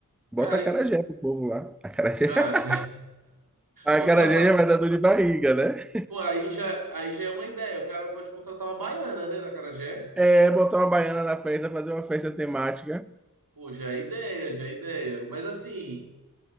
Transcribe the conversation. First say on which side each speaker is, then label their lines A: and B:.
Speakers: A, in the centre; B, on the right.
A: Bota
B: cara,
A: acarajé
B: hein?
A: pro povo lá. Acarajé,
B: Cara.
A: <laughs> acarajé
B: <laughs> Contratar.
A: já vai dar dor de barriga, né?
B: Pô, aí já, aí já é uma ideia. O cara pode contratar uma baiana, né, da Carajé
A: É, botar uma baiana na festa, fazer uma festa temática.
B: Pô, já é ideia, já é ideia. Mas, assim,